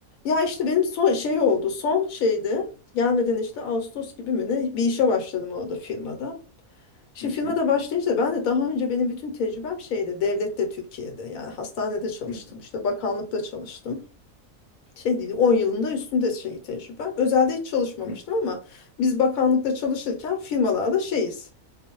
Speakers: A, on the left (about 80°); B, on the left (about 50°).
A: Ya işte benim son şey oldu. Son şeydi. Gelmeden işte Ağustos gibi mi ne bir işe başladım orada firmada. Şimdi
B: Hı hı,
A: firmada başlayınca ben de daha önce benim bütün tecrübem şeyde devlette Türkiye'de yani hastanede çalıştım
B: hı hı,
A: işte bakanlıkta çalıştım. Şey değil 10 yılında üstünde şey tecrübem. Özelde hiç çalışmamıştım
B: hı
A: ama biz bakanlıkta çalışırken firmalarda şeyiz